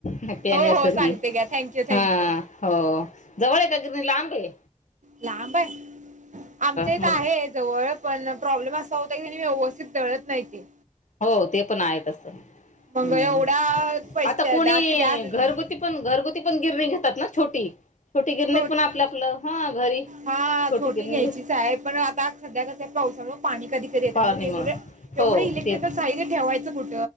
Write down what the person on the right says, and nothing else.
हो हो सांगते घ्या थँक्यू थँक्यू
लांब हाय आमच्या इथं
आहे जवळ पण प्रॉब्लेम अस <unintelligible> व्यवस्थित दळत नाइत ते.
मग
एवढा पैसे
द्या ते द्याच
नाही
छोट्या
हा छोटी
घ्यायचीच
हाय पण आता सध्या कसं पाऊसामुळ पाणी कधी <unintelligible>
एवढं इलेक्ट्रिकल
साहित्य ठेवा कुठ